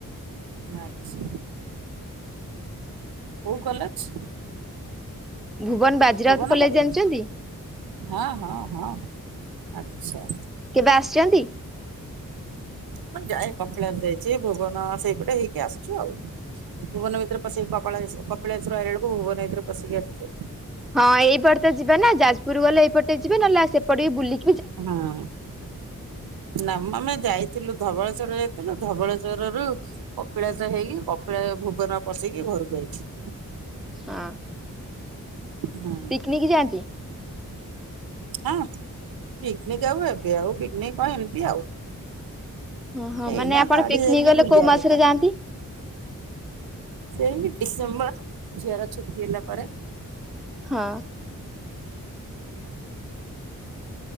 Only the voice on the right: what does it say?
ଆଚ୍ଛା। କୋଉ college?
Bhuban
college?
ହଁ, ହଁ, ହଁ ଆଚ୍ଛା।
ମୁଁ ଯାଏ, କପିଳାସ ଯାଇଚି। ଭୁବନ ସେଇପଟେ ହେଇକି ଆସିଛୁ ଆଉ। ଭୁବନ ଭିତିରେ ପସିକି କ- ପଳାଇ ଆସିବୁ। କପିଳାସ ରୁ ଆଇଲା ବେଳକୁ ଭୁବନ ଭିତରେ ପସିକି ଆସୁଛି।
ହଁ। ନା ଆମେ ଯାଇଥିଲୁ ଧବଳେଶ୍ଵର ଯାଇଥିଲୁ। ଧବଳେଶ୍ବର ରୁ କପିଳାସ ହେଇକି କପିଳା ଭୁବନ ପସିକି ଘରକୁ ଆଇଛୁ।
ହଁ।
ହଁ ପିକନିକ ଆଉ ଏବେ ଆଉ ପିକନିକ ହ ଏମିତି ଆଉ
ଏଇନା
ଗାଡ଼ି
ଧିକ
ବୁଲିି
ଆଗତ।
ସେଇ ଡିସେମ୍ବର ଝିଅର ଛୁଟି ହେଲା ପରେ।